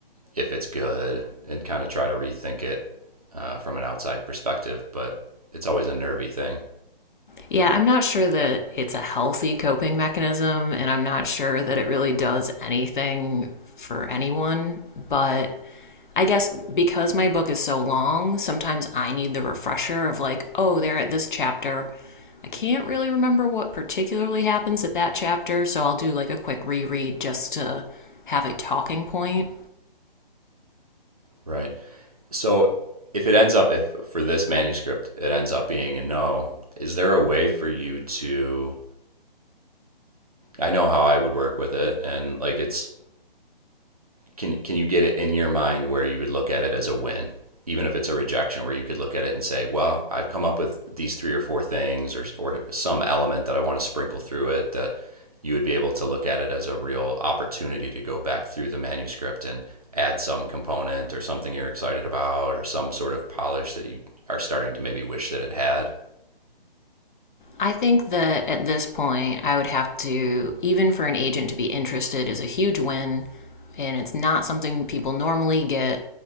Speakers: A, on the right (about 40°); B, on the left (about 55°).
A: if it's good and kind of try to rethink it uh, from an outside perspective. But it's always a nervy thing,
B: Yeah, I'm not sure that it's a healthy coping mechanism, and I'm not sure that it really does anything for anyone. But I guess because my book is so long, sometimes I need the refresher of, like, oh, they're at this chapter. I can't really remember what particularly happens at that chapter, so I'll do like a quick reread just to have a talking point.
A: right? So if it ends up, if for this manuscript, it ends up being a no, is there a way for you to? I know how I would work with it, and like it's can can you get it in your mind where you would look at it as a win even if it's a rejection where you could look at it and say well i've come up with these three or four things or, or some element that i want to sprinkle through it that you would be able to look at it as a real opportunity to go back through the manuscript and add some component or something you're excited about or some sort of polish that you are starting to maybe wish that it had
B: I think that at this point, I would have to, even for an agent to be interested, is a huge win, and it's not something people normally get.